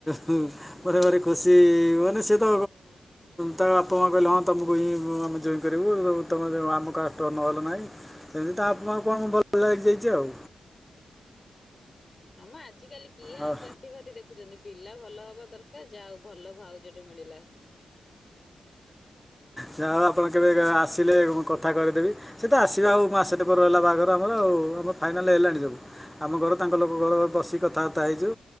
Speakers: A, in the centre; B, on the left.
A: ମ ମତେ ଗୋଟେ ଖୁସି ମାନେ ସେ ତ ତା ବାପା ମା କହିଲେ ହଁ ତମକୁ ହିଁ ମ ଜଇଁ କରିବୁ। ତମେ ଆମ କାଷ୍ଟର ନହେଲେ ନାହିଁ। ସେମିତି ଆପଣ କଣ ଭଲ ଲାଗି ଯାଇଚି ଆଉ।
B: ହମ ଆ ଆଜିକାଲି କିଏ
A: ହଁ
B: ଆଉ ଜାତି ଭାତି ଦେଖୁଚନ୍ତି। ପିଲା ଭଲ ହବା ଦରକାର। ଯା ହଉ ଭଲ ଭାଉ ଜ ଟେ ମିଳିଲା।
A: ଯା ଉ ଆପଣ କେବେ ଆସିଲେ କଥା କରେଦେବି। ସେ ତ ଆସିବ ଆଉ ମାସେ ଟେ ପରେ ରହିଲ ବାହଘ ଆର ଆଉ। ଆମ ଫାଇନାଲ ହେଲାଣି ସବୁ। ଆମ ଘର ତାଙ୍କ ଲୋକ ଘର ବସିକ କଥାବାତା ହେଇଛୁ।